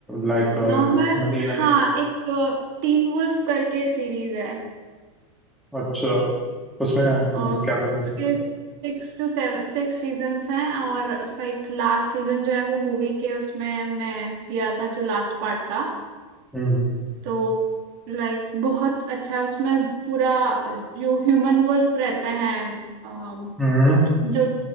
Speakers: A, in the centre; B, on the right (about 45°).
A: लाइक
B: नॉर्मल
A: Money heist
B: हाँ एक टीन वुल्फ करके सीरीज है
A: अच्छा उसमें
B: और
A: मतलब
B: उसके
A: क्या कंसेप्ट है
B: six two seven six seasons हैं और उसका एक लास्ट सीजन जो है वो मूवी के उसमें हमने दिया था जो लास्ट पार्ट था
A: हम्म
B: तो लाइक बहुत अच्छा उसमें पूरा जो ह्यूमन वुल्फ रहते हैं अम,
A: हम्म
B: जो